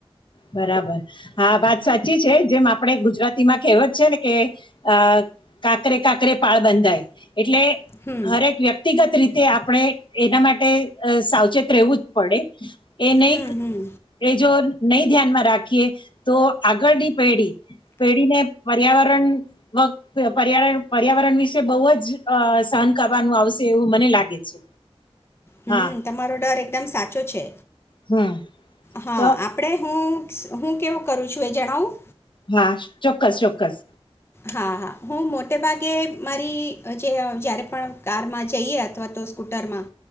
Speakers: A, on the left (about 50°); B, on the left (about 25°).
A: બરાબર, હા વાત સાચી છે જેમ આપડ ગુજરાતીમાં કેવત છે ને કે અ કાકરે, કાકરે પાળ બંધાય. એટલે
B: હમ
A: હરેક વ્યક્તિગત રીત તે આપણે એના માટે અ સાવચેત રહેવું જ પડે. એ નહી
B: હમ હમ
A: એ જો નહી ધ્યાનમાં રાખીએ તો આગળની પેઢી પેઢીને પર્યાવરણ પર્યાણ પર્યાવરણ વિશે બહુ જ સહન કરવાનું આવશે એવું મને લાગે છે.
B: હમ
A: હા
B: તમારો ડર એકદમ સાચો છે.
A: હમ
B: હા
A: તો
B: આપણેે હું. હું કેવું કરું છું એ જણાવું.
A: હા ચોક્કસ ચોક્કસ.
B: હા હા હું મોટે ભાગે મારી જે જયારે પણ કારમાં જઈએ, અથવા તો સ્કૂટરમાં